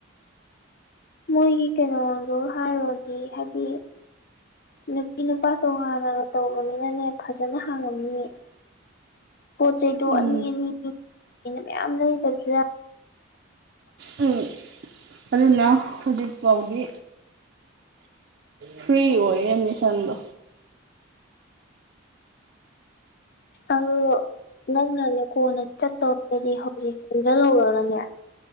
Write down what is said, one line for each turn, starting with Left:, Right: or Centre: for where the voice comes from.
Left: ꯃꯣꯏꯒꯤ ꯀꯩꯅꯣꯗꯨꯒꯥ ꯍꯥꯏꯔꯨꯔꯥꯗꯤ ꯍꯥꯏꯗꯤ ꯅꯨꯄꯤ ꯅꯨꯄꯥ ꯇꯉꯥꯟꯅ ꯇꯧꯕꯅꯤꯅꯅꯦ ꯐꯖꯅ ꯍꯥꯡꯉꯝꯅꯤꯌꯦ ꯄꯣꯠ ꯆꯩꯗꯣ
Right: ꯎꯝ
Left: ꯑꯅꯤ ꯑꯅꯤ ꯇꯧꯗꯣꯏꯅꯤꯅꯥ ꯃꯌꯥꯝ ꯂꯩꯗꯕꯁꯨ ꯌꯥꯔꯣꯏ
Right: ꯎꯝ ꯑꯗꯨꯅ ꯍꯧꯖꯤꯛꯐꯥꯎꯗꯤ ꯐ꯭ꯔꯤ ꯑꯣꯏꯌꯦ ꯑꯦꯗꯃꯤꯁꯟꯗꯣ
Left: ꯑꯗꯣ ꯅꯪꯅꯅꯦ ꯀꯣꯟꯅ ꯆꯠꯇꯧꯔꯒꯗꯤ ꯍꯧꯖꯤꯛ ꯆꯪꯁꯤꯜꯍꯧꯔꯒꯅꯦ